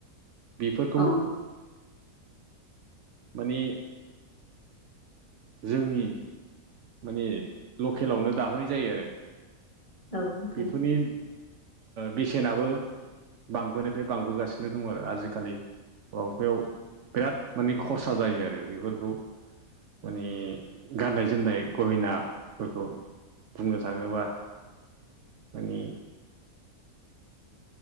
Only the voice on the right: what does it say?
बेफोरखौ
माने जोंनि माने लकेलावनो दाहोनाय जायो आरो
बेफोरनि बेसेनाबो बांबोनायफ्राय बांबोगासिनो दङ आरो आजिखालि माबाफायाव बिराद माने खरसा जायो आरो बेफोरखौ माने गाननाय जोमनाय गहिनाफोरखौ बुंनो थाङोबा माने